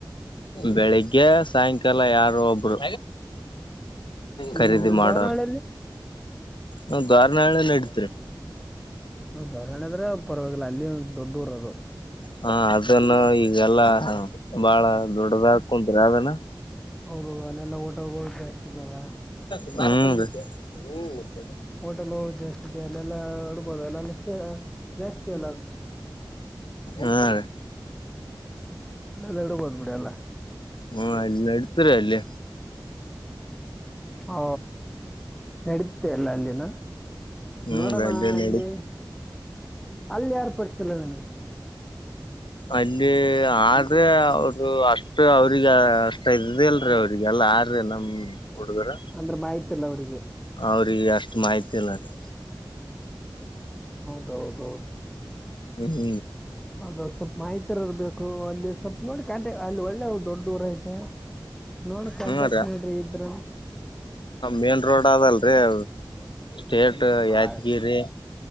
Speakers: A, on the left; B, in the centre.
A: ಬೆಳಿಗ್ಗೆ ಸಾಯಂಕಾಲ ಯಾರು ಒಬ್ರು
B: ಹ್ಮ್
A: ಖರೀದಿ
B: ಇದು
A: ಮಾಡಾರ.
B: ದಾವನಹಳ್ಳಿಯಲ್ಲಿ
A: ಹಾ ದಾರನಾಳ ನಡತ್ರಿ.
B: ಹ ಧೋರಣೆ ಅದ್ರೆ ಪರವಾಗಿಲ್ಲ ಅಲ್ಲಿ ದೊಡ್ಡ ಊರ ಅದು.
A: ಹಾ ಅದನ್ನು ಈಗೆಲ್ಲಾ ಬಾಳ ದೊಡ್ಡದ ಹಾ ಕುಂತ್ ಅದನ.
B: ಹೌದೌದು ಅಲ್ಲೆಲ್ಲಾ ಓಟ ಹೋಗ ಜಾಸ್ತಿ ಇ್ದದವ.
A: ಹ್ಮ್ ಹ್ಮ.
B: ಹೋಟೆಲ್ ಜಾಸ್ತಿ ಇದೆ ಅಲ್ಲೆಲ್ಲ ಈಡ್ಬೋದು ಎಲ್ಲ ಜಾಸ್ತಿ ಎಲ್ಲ.
A: ಹಾ ರೀ.
B: ಅಲ್ಲೆಲ್ಲ ಇಡ್ಬೋದು ಬಿಡಿ ಎಲ್ಲ
A: ಹಾ ಎಲ್ಲ ಅಡುತರ ಅಲ್ಲೇ
B: ಹಾ ನಡೀತೆ ಅಲ್ಲ ಅಲ್ಲಿನ
A: ಹ್ಮ್
B: ನೋಡೋಣ ಅಲ್ಲಿ
A: ನಡಿ
B: ಅಲ್ಲಿ ಯಾರ್ ಪಡಿಸಲ್ಲವೆನಗೆ
A: ಅಲ್ಲಿ ಆದ್ರೆ ಅವರು ಅಷ್ಟು ಅವ್ರಗ ಅಷ್ಟ ಇದಲ್ರಿೀ ಅವ್ರಿಗೆ ರಿಗೆಲ್ಲ ಯಾರ ರೀ ನಮ್ಮ ಹುಡುಗರ
B: ಅಂದ್ರೆ ಮಾಹಿತಿ ಅವರಿಗೆ
A: ಅವ್ರಿಗೆ ಅಷ್ಟು ಮಾಹಿತಿ ಇಲ್ಲ ರೀ
B: ದೌದೌದು
A: ಹ್ಮ್್ಮ
B: ಅ ಸ್ವಲ್ಪ ಮಹತ್ರರ್ ಬೇಕು ಅಲ್ಲಿ ಸ್ವಲ್ಪ ನೋಡಿ ಕಾಂಟೆ ಅಲ್ಲಿ ಒಳ್ಳೆ ದೊಡ್ಡ ಊರ ಐತೆ ನೋಡಿ ಕಾಂಟ್ಯಾಕ್ಟ್
A: ಹ್ಮ ರೀ
B: ಮಾಡ್ರಿ ಇದ್ರ
A: ಮೇನ್ ರೋಡ್ ಆದದಲ್ರಿ ಸ್ಟೇಟ್ ಯಾದಗಿರಿ
B: ಆ,